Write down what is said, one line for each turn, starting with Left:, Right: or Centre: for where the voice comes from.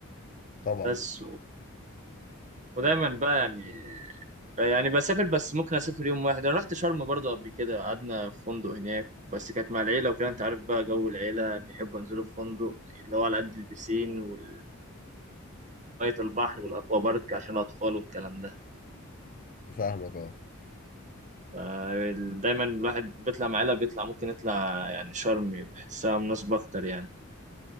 Left: طبعا
Right: بس ودايما بقى يعني يعني بسافر بس ممكن اسافر يوم واحد انا رحت شرم برضو قبل كده قعدنا في فندق هناك بس كانت مع العيله وكده انت عارف بقى جو العيله بيحبوا ينزلوا في فندق اللي هو على قد البسين وميه البحر والاكوا بارك عشان الاطفال والكلام ده
Left: فاهمك اه
Right: ف- دايما الواحد بيطلع مع العيله بيطلع ممكن يطلع يعني شرم بحسها مناسبه اكتر يعني